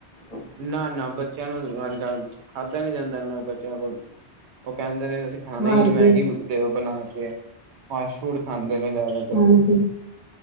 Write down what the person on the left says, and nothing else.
ਅੱ
ਹਾਂਜੀ
ਹਾਂਜੀ,